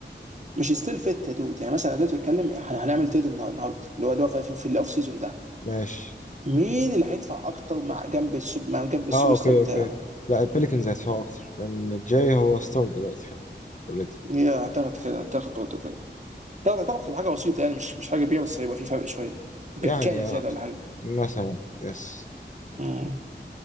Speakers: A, on the right (about 40°); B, on the left (about 40°).
A: مش ستيل فيت يا دود يعني مثلا أنا دلوقتي بتكلم إحنا هنعمل تريد النهار- النهارده اللي هو اللي هو في, في, في الاوف سيزون ده
B: ماشي
A: مين اللي هيدفع اكتر مع جنب السوب مع جنب السوبر
B: اه اوكي
A: ستار بتاعه
B: اوكي لا البليكنز هيدفعوا اكتر لان جاي هو ستار دلوقتي فعلا اوريدي
A: يا اعتقد كده اعتقد برضه كده اعتقد اعتقد في حاجه بسيطه يعني مش مش حاجه كبيره بس هيبقى في فرق شويه بكايه
B: يعني
A: زياده
B: آه
A: ولا حاجه
B: مثلا يس
A: مم.